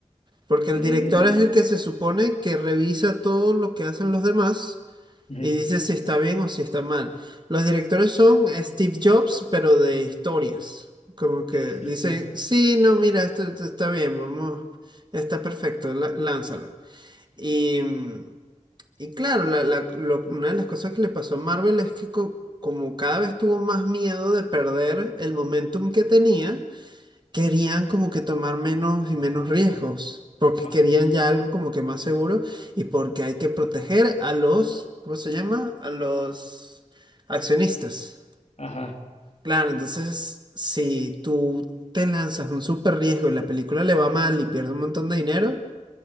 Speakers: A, on the right (about 35°); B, on the left (about 60°).
A: Porque el
B: Mm,
A: director es el que se supone que revisa todo lo que hacen los demás
B: ujú.
A: y dice si está bien o si está mal. Los directores son Steve Jobs, pero de historias. Como que
B: Sí, sí,
A: dicen,
B: sí.
A: sí, no, mira, esto, esto está bien, vamos, está perfecto, la- lánzalo. Y, mm, y claro, la- la- lo- una de las cosas que le pasó a Marvel es que co- como cada vez tuvo más miedo de perder el momentum que tenía, querían como que tomar menos y menos riesgos, porque
B: Ajá,
A: querían ya algo como que más seguro y porque hay que proteger a los, ¿cómo se llama? A los accionistas.
B: ajá.
A: Claro, entonces si tú te lanzas un súper riesgo y la película le va mal y pierdes un montón de dinero,